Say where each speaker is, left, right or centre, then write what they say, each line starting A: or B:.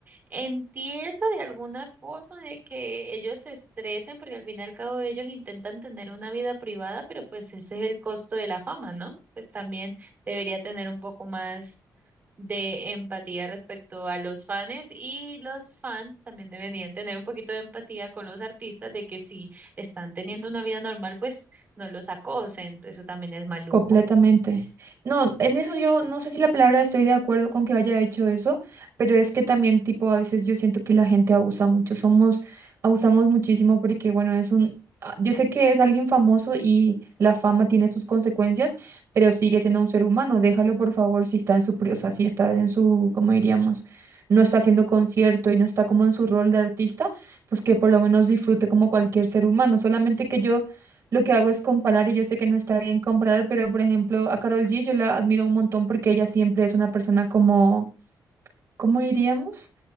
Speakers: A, on the right; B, on the right.
A: entiendo de alguna forma de que ellos se estresen porque al fin y al cabo ellos intentan tener una vida privada, pero pues ese es el costo de la fama, ¿no? Pues también debería tener un poco más de empatía respecto a los fans y los fans también deberían tener un poquito de empatía con los artistas de que si están teniendo una vida normal, pues no los acosen, eso también es maluco.
B: Completamente. No, en eso yo no sé si la palabra estoy de acuerdo con que haya hecho eso, pero es que también tipo a veces yo siento que la gente abusa mucho, somos, abusamos muchísimo porque bueno, es un, ah, yo sé que es alguien famoso y la fama tiene sus consecuencias, pero sigue siendo un ser humano, déjalo por favor si está en su, pri- o sea, si está en su, ¿cómo diríamos? No está haciendo concierto y no está como en su rol de artista, pues que por lo menos disfrute como cualquier ser humano, solamente que yo lo que hago es comparar y yo sé que no está bien comparar, pero por ejemplo a Carol G yo la admiro un montón porque ella siempre es una persona como, ¿cómo diríamos?